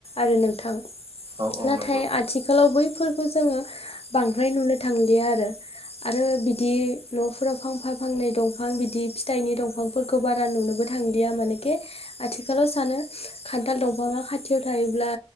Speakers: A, on the left; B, on the right.
A: आरो नोंथां।
B: औ औ
A: नाथाय
B: नंगौ।
A: आथिखालाव बैफोरखौ जोङो बांद्राय नुनो थांलिया आरो। आरो बिदि न'फोराव फांफां फांनै दंफां बिदि फिथाइनि दंफां फोरखौ बारा नुनोबो थांदिया मानेखे आथिखालाव सानो खान्थाल दंफाङा खाथियाव थायोब्ला